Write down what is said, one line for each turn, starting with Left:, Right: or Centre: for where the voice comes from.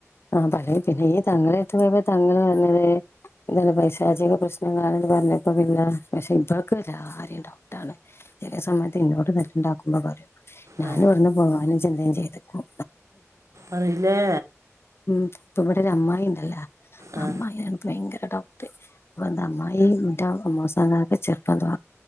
Left: ആ പറ പിന്നെ ഈ തങ്ങളെടുത്ത് പോയപ്പൊ തങ്ങൾ പറഞ്ഞത് എന്താണ് പൈശാചിക പ്രശ്നങ്ങളണെന്ന് പറഞ്ഞപ്പ പിന്നെ പക്ഷെ ഇപ്പോഴക്ക എല്ലാരെയും ഡൗട്ടാണ് ചില സമയത്ത് ഇങ്ങോട്ട് നല്ലുണ്ടാക്കുമ്പോ പറയോ ഞാനും
Right: ആ
Left: എവിന്ന് പോവാനും ചിന്തയും ചെയ്തക്കും
Right: അതെല്ലേ
Left: ഉം ഇപ്പ ഇവിടെ ഒരു അമ്മായി ഉണ്ടല്ലോ
Right: ആ
Left: അമ്മായിയാണ് ഇപ്പ ഭയങ്കര ഡൗട്ട് അപ്പ എന്താമ്മ ഈ ഇറ്റ മോസങ്ങളൊക്കെ ചെറുപ്പന്തെ